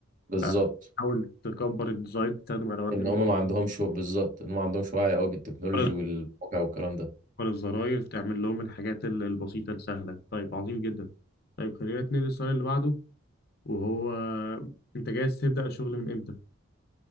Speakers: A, on the right; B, on the left.
A: بالظبط
B: آه، حاول تكبر الديزاين تستخدم الوان
A: ان هم ما عندهمش بالظبط ان هم ما عندهمش وعي قوي بالتكنولوجي
B: تكبر
A: والموقع والكلام ده
B: الزراير تعمل لهم الحاجات ال- البسيطه السهله طيب عظيم جدا طيب خلينا نتنقل للسؤال اللي بعده وهو انت جاهز تبدا الشغل من امتى